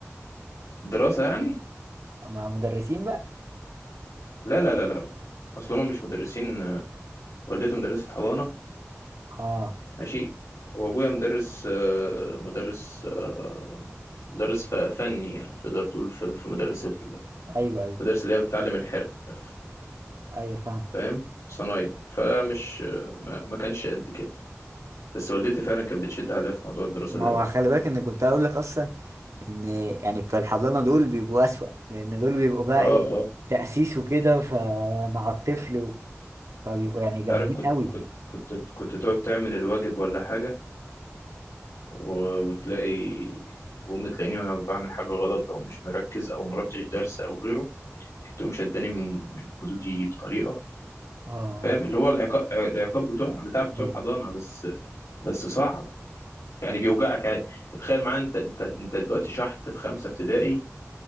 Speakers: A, on the left; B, on the right.
A: الدراسة يعني
B: مع مدرسين بقى
A: لا لا لا لا لا. اصل هما مش مدرسين آه، والدتي مدرسة حضانة
B: اه
A: ماشي وابويا مدرس آه، مدرس آه، مدرس ف- فني يعني تقدر تقول في في مدارس ال-
B: ايوه ايوه
A: المدارس اللي هي بتعلم الحرف
B: ايوه فاهم
A: فاهم صنايع فمش ما ما كانش قد كده بس والدتي فعلا كانت بتشد عليا في موضوع الدراسة
B: ما
A: ده
B: هو
A: قوي
B: خلي بالك ان كنت هقول لك اصلا ان يعني بتوع الحضانه دول بيبقوا اسوأ لان دول بيبقوا بقى
A: اه
B: ايه
A: اه
B: تأسيس وكده فمع الطفل فبيبقوا
A: انت
B: يعني جامدين
A: عارف كنت
B: قوي
A: كنت كنت كنت تقعد تعمل الواجب ولا حاجة و- وتلاقي وأمي تلاقيني وأنا بعمل حاجة غلط أو مش مركز أو مروحتش درس أو غيره كانت تقوم شداني من من خدودي بطريقة
B: اه
A: فاهم اللي هو العقاب العقاب بتوع بتاع بتوع
B: ايوه
A: حضانه بس بس صعب يعني بيوجعك يعني تخيل معايا انت انت انت دلوقتي شحت في خمسه ابتدائي